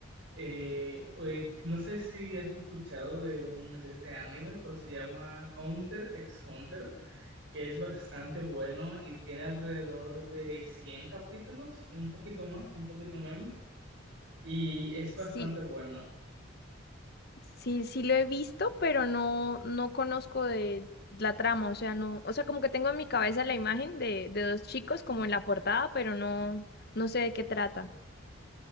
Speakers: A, on the right; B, on the left.
A: Eh, eh, no sé si has escuchado de, un, de este anime, pero se llama Hunter x Hunter, que es bastante bueno y tiene alrededor de 100 capítulos, un poquito más, un poquito menos, y es bastante
B: Sí,
A: bueno.
B: Sí, sí lo he visto, pero no, no conozco de la trama, o sea, no, o sea, como que tengo en mi cabeza la imagen de, de dos chicos como en la portada, pero no, no sé de qué trata.